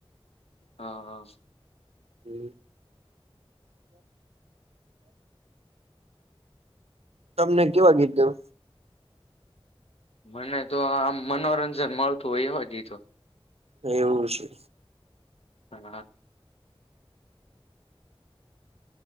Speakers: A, on the left; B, on the right.
A: હા હા.
B: હમ્મ. તમને કેવા ગીત ગયો?
A: મને તો આમ મનોરંજન મળતું હોય એવા ગીતો
B: એવું છે.
A: હણા.